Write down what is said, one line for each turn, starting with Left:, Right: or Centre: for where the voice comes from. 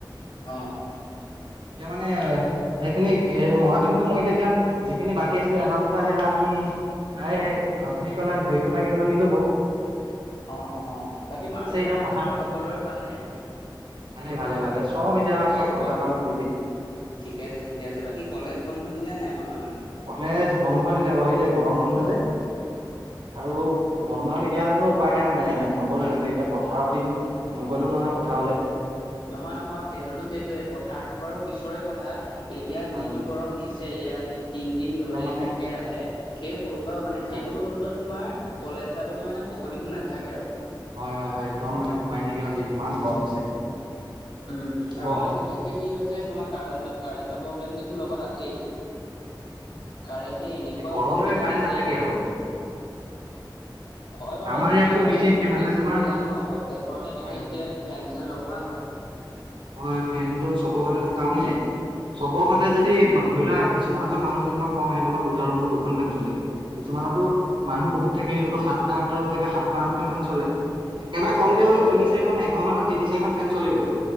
Left: অ'।
Right: মানে সেইখিনি মৰা খিনিতো মৰিলে এতিয়া যিখিনি বাকী আছিলে এটা দুটা সেয়া আমি ত আপুনি পেলাই ধৰি পেলাই কেইটামান নিলো বাউ
Left: অ অ বাকী মা দেউতাহঁতৰ
Right: এতিয়া পথাৰ
Left: ঘৰত সকলোৰে ভালনে
Right: ভালে ভালে ভালে চব এতিয়া
Left: বাকী
Right: চব পথাৰ
Left: ক
Right: কামত বিজি
Left: ঠিকে আছে ঠিকে আছে বাকী কলেজ বন্ধ দিলে নাই বৰ্তমান।
Right: কলেজ বন্ধ দিলে বাৰু এতিয়া গৰম বহ যে আৰু বন্ধ নিদিয়াতেনো উপায় নাই মানে নগ'লেহঁতেনে এতিয়া পথাৰৰ দিন নগলেও নহয় পথাৰলে
Left: নহয় নহয় সেইটোতো সেইটোয়ে পথাৰতটো বাৰু পিছৰে কথা এতিয়া
Right: হয় একদম
Left: যিটো গৰম দিছ আছে আজি তিনদিন ধৰি
Right: মানে
Left: একেৰা আহে সেই ব অ মানে সেইটো
Right: হয়
Left: ৰ'দত তোমাৰ কলেজ যাবলৈ মানে শকতিটো নাথাকে আৰু
Right: হয় হয় হয় একদম মানে উপায় নেকিয়া হৈছে ইমান গৰম দিছে
Left: উম আৰু
Right: বহ
Left: মানে বিশেষকে কি হৈছে তোমাৰ কাৰেণ্ট কাৰেণ্টৰ প্ৰব্লেমটো তো লগত আছেই কাৰেণ্টে এনেকুৱা
Right: এই গৰমলৈকে
Left: অসুবিধা
Right: কাৰেণ্ট
Left: দিছে
Right: নাথাকে
Left: এইকেইদিন
Right: আৰু
Left: হয় বাৰু
Right: আমাৰ
Left: সেইটোও
Right: ইয়াততো
Left: হয়
Right: বিশেষকে
Left: লোডটো
Right: মানে
Left: বেছি
Right: তোমাৰ
Left: হৈ যায় ন প্ৰত্যয়েক ঘৰতে বিশেষকে
Right: হয়
Left: ফেন চেন লগোৱা হয়
Right: হয় ফেন টো চবৰ ঘৰতে থাকে কাৰণে চবৰ ঘৰতে যদি
Left: উম
Right: ধৰি লোৱা কিছুমানৰ ঘ মানুহ যেনিবা কম সিহঁতৰ দুটা ৰুমত দুখন ফেন চলে কিছুমানতো মানুহ বহুত থাকে সেইটোতো সাতটা আঠটা ৰুম থাকে সাতখন আঠখন ফেন চলে একেবাৰে কমকে
Left: হয়টোৱে
Right: হলে তিনিচাৰি
Left: সেইটোৱে
Right: খন এঘৰ মানুহত তিনি চাৰিখন ফেন চলিবই